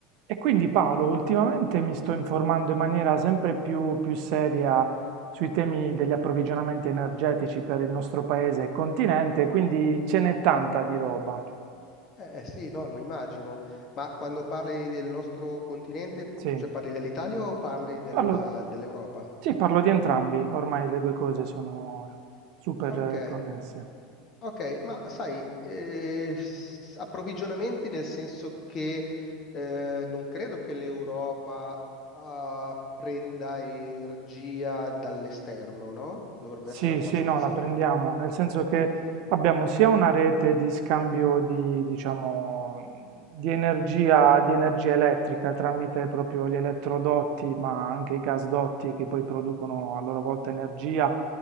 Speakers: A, on the right; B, on the left.
A: E quindi Paolo, ultimamente mi sto informando in maniera sempre più, più seria sui temi degli approvvigionamenti energetici per il nostro paese e continente, quindi ce n'è tanta
B: Ah,
A: di roba.
B: eh eh, sì, no, lo immagino, ma quando parli del nostro continente,
A: Sì,
B: cioè parli dell'Italia o parli della-
A: parlo,
B: dell'Europa?
A: sì, parlo di entrambi, ormai le due cose sono super
B: Ah, ok,
A: eh, connesse.
B: ok, ma sai, eh, s- approvvigionamenti nel senso che eh, non credo che l'Europa ah, prenda energia dall'esterno, no? Dovrebbe
A: Sì,
B: essere abbastanza...
A: sì, no, la prendiamo, nel senso che abbiamo sia una rete di scambio di, diciamo, di energia, di energia elettrica tramite proprio gli elettrodotti, ma anche i gasdotti che poi producono a loro volta energia,